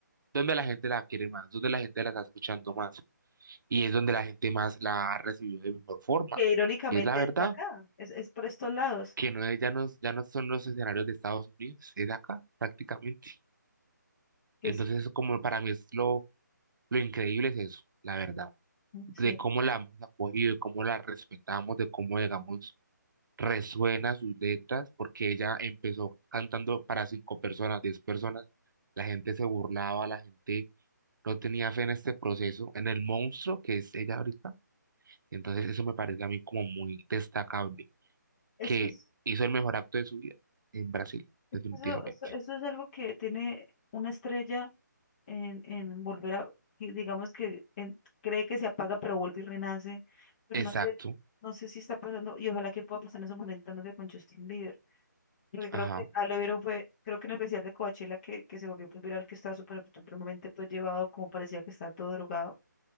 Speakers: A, on the right; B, on the left.
A: dónde la gente la quiere más, dónde la gente la está escuchando más y es donde la gente más la ha recibido de mejor forma.
B: que irónicamente
A: Y es la verdad.
B: es acá, es, es por estos lados,
A: que no es, ya no, es- ya no son los escenarios de Estados Unidos, es de acá prácticamente.
B: que
A: Entonces,
B: es,
A: eso como para mí es lo, lo increíble es eso, la verdad, de
B: sí,
A: cómo la hemos acogido, de cómo la respetamos, de cómo, digamos, resuena sus letras, porque ella empezó cantando para cinco personas, diez personas, la gente se burlaba, la gente no tenía fe en este proceso, en el monstruo que es ella ahorita. Entonces, eso me parece a mí como muy destacable.
B: es
A: que
B: que es-
A: hizo el mejor acto de su vida en Brasil, definitivamente.
B: Eso, eso, eso es algo que tiene una estrella en, en volver a, y digamos que en- cree que se apaga, pero vuelve y renace, pero
A: Exacto,
B: no, sé- no sé si está pasando, y ojalá que pueda pasar en esos momentos, no sé, con Justin Bieber, porque
A: ajá,
B: creo que ah, lo vieron fue, creo que en el especial de Coachella que, que se volvió pues, viral, que estaba súper supremamente pues llevado, como parecía que estaba todo drogado,